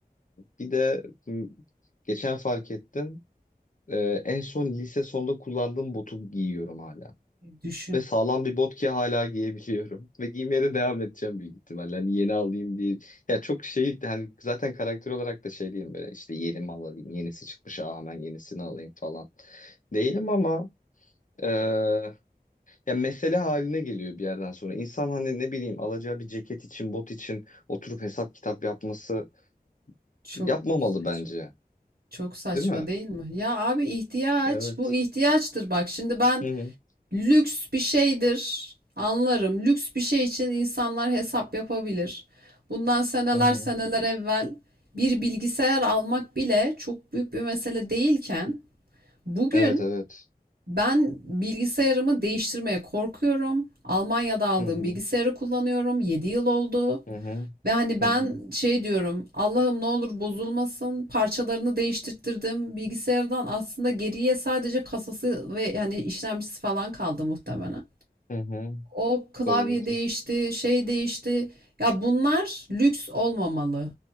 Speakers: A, on the left (about 55°); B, on the right (about 85°).
A: bir de m, geçen fark ettim. Ee, en son lise sonunda kullandığım botu giyiyorum hala.
B: Düşün.
A: Ve sağlam bir bot ki hala giyebiliyorum. <laughs> Ve giymeye de devam edeceğim büyük ihtimalle. Hani yeni alayım diye. Ya çok şey hani zaten karakter olarak da şey diyeyim böyle işte yeni mal alayım. Yenisi çıkmış aa hemen yenisini alayım falan. Değilim ama ee, ya mesele haline geliyor bir yerden sonra. İnsan hani ne bileyim alacağı bir ceket için, bot için oturup hesap kitap yapması
B: Çok
A: yapmamalı
B: saçma.
A: bence.
B: Çok saçma
A: Değil mi?
B: değil mi? Ya abi ihtiyaç,
A: Evet.
B: bu ihtiyaçtır bak. Şimdi ben
A: Hı hı.
B: lüks bir şeydir anlarım. Lüks bir şey için insanlar hesap yapabilir. Bundan seneler
A: Hı hı.
B: seneler evvel bir bilgisayar almak bile çok büyük bir mesele değilken bugün
A: Evet evet.
B: ben bilgisayarımı değiştirmeye korkuyorum. Almanya'da aldığım
A: Hı hı.
B: bilgisayarı kullanıyorum. 7 yıl oldu.
A: Hı hı.
B: Ve hani ben
A: Hı hı.
B: şey diyorum Allah'ım ne olur bozulmasın parçalarını değiştirttirdim bilgisayardan aslında geriye sadece kasası ve hani işlemcisi falan kaldı muhtemelen.
A: Hı hı.
B: O klavye
A: Doğrudur.
B: değişti şey değişti ya bunlar lüks olmamalı.